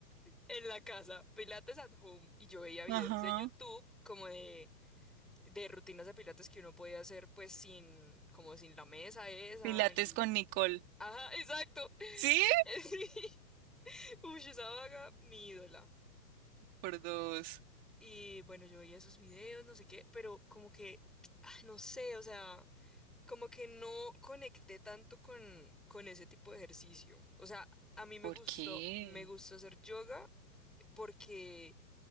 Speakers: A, in the centre; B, on the right.
A: en la casa, pilates at home. Y yo veía videos
B: Ajá.
A: de YouTube como de, de rutinas de pilates que uno podía hacer pues sin, como sin la mesa esa
B: Pilates
A: y...
B: con Nicole.
A: Ajá, exacto.
B: ¿Sí?
A: <laughs> Sí. Uy, esa vaga, mi ídola.
B: Por dos.
A: Y bueno, yo veía esos videos, no sé qué, pero como que, ah, no sé, o sea... como que no conecté tanto con, con ese tipo de ejercicio. O sea, a mí me
B: ¿Por
A: gustó,
B: qué?
A: me gusta hacer yoga porque